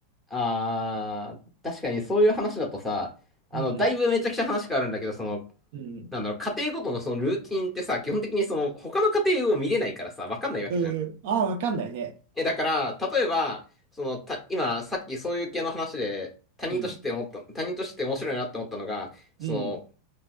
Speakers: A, in the centre; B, on the right (about 60°).
A: あー、確かにそういう話だとさ、あの、
B: うん、
A: だいぶめちゃくちゃ話変わるんだけど、その、
B: うん、
A: なんだろう、家庭ごとのそのルーティンってさ、基本的にその、他の家庭を見れないからさ、わかんないわけじゃん。
B: うん。うん、ああ、わかんないね。
A: え、だから、例えば、その、た、今、さっきそういう系の話で、他人として思った、
B: うん、
A: 他人として面白いなって思ったのが、その、
B: うん。